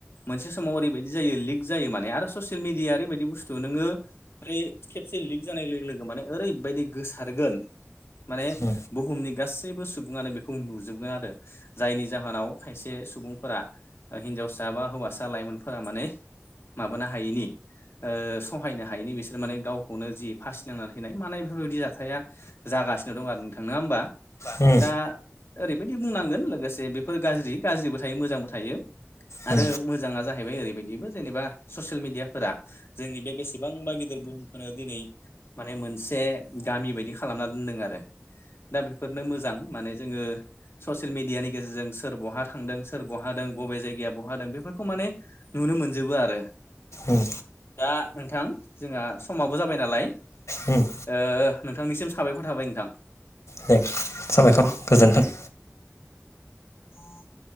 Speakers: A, on the left; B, on the left.
A: मोनसे समाव ओरैबायदि जायो लिक जायो माने आरो ससियेल मिडिया ओरैबायदि बुस्थु नोङो माने खेबसे लिक जानाय लोगो लोगो माने ओरैबायदि गोसारगोन माने
B: उम
A: बुहुमनि गासैबो सुबुङानो बेखौ नुजोबगोन आरो। जायनि जाहोनाव खायसे सुबुंफोरा हिनजावसा बा हौवासा लाइमोनफोरा माने माबानो हायैनि ओ सहायनो हायिनि बिसोर माने गावखौनो जि फासि नांना थैनाय माने बेफोरबायदि जाथाया जागासिनो दं आरो नोंथां नोङा होमबा
B: उम
A: दा ओरैबायदि बुंनांगोन लोगोसे बेफोर गाज्रि गाज्रिबो थायो मोजांबो थायो। आरो
B: उम
A: मोजाङा जाहैबाय ओरैबायदिबो जेनेबा ससियेल मिडियाफोरा जोंनि बे बेसेबांबा गिदिर बुहुमखौनो दिनै माने मोनसे गामि बायदि खालामना दोनदों आरो। दा बेफोरनो मोजां माने जोङो ससियेल मिडियानि गेजेरजों सोर बहा थांदों सोर बहा दों बबे जायगाया बहा दों बेफोरखौ माने नुनो मोनजोबो आरो।
B: उम
A: दा नोंथां जोंहा समाबो जाबाय नालाय
B: उम
A: ओ नोंथांनिसिम साबायखर थाबाय नोंथां।
B: दे। साबायखर गोजोन्थों।
A: <inaudible>